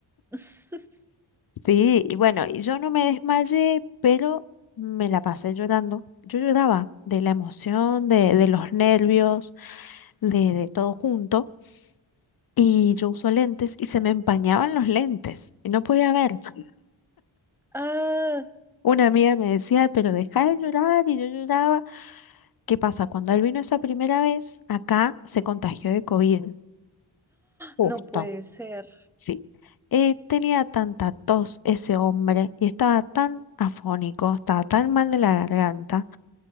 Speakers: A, in the centre; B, on the left.
A: <laughs>
B: Sí, y bueno, y yo no me desmayé, pero me la pasé llorando. Yo lloraba de la emoción, de, de los nervios, de, de todo junto. Y yo uso lentes y se me empañaban los lentes y no podía ver. <laughs>
A: Ah.
B: Una amiga me decía, pero deja de llorar y yo lloraba. ¿Qué pasa? Cuando él vino esa primera vez, acá se contagió de COVID, justo.
A: No puede ser.
B: Sí, eh, tenía tanta tos ese hombre y estaba tan afónico, estaba tan mal de la garganta,